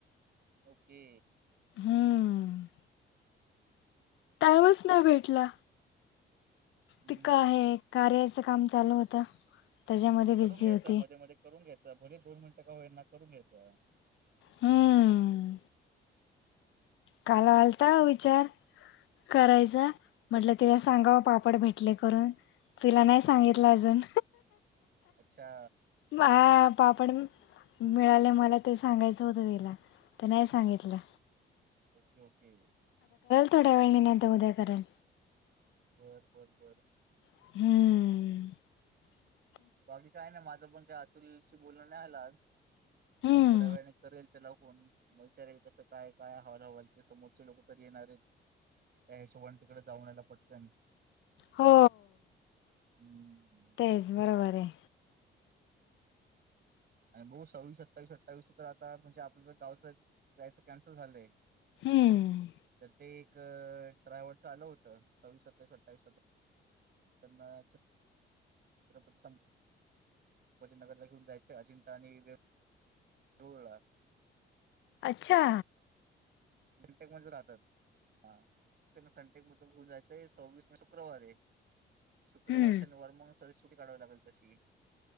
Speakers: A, on the right; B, on the left.
A: ओके
B: हम्म त्यावच ना भेटला
A: हम्म
B: ते काय आहे कार्या च काम चालू होत त्याच्यामध्ये बिझी
A: करून घ्यायचा
B: होती
A: मध्ये मध्ये करून घ्यायच भले दोन मिनिट का होईना करून घ्याचं
B: हम्म काल आलता विचार करायचा म्हटलं तिला सांगाव पापड भेटले करून तिला नाय सांगितलं अजून
A: अच्छा
B: हा पापड मि मिळाले मला ते सांगायचं होतं तिला पण नाय सांगितला.
A: ओके ओके
B: थोड्या वेळाने निवांत उद्या करल.
A: बर बर बर
B: हूं
A: बाकी काय नाय माझं पण त्या अतुलशी बोलण न्हाय झाल आज आता
B: हम्म
A: थोड्या वेळाने करेल. तेला फोन म विचारीन कसं काय काय हाल हवाल ते समोरचे लोक कधी येणार आहेत त्या हिशोबाने तिकड जाऊन यायला पटकन
B: हो
A: हम्म.
B: तेच बरोबर ये.
A: आणि बघु सव्वीस सत्तावीस अठ्ठावीस तर आता म्हणजे आपलं ज गाव जाचं जायचं कॅन्सल झालंय.
B: हम्म
A: तर ते एक एक ड्रायव्हर च आल होतं सव्वीस सत्तावीस अठ्ठावीस स त्यांना चं <unintelligible> भजननगरला घेऊन जायचय अजिंठा आणि वेरूळला
B: अच्छा
A: सनटेक मध्ये राहतात हा त्यांना सनटेक मधून घेऊन जायचंय सव्वीस म शुक्रवारी. शुक्रवार
B: हम्म
A: शनिवार म्हणून सुटी काढावी लागेल तशी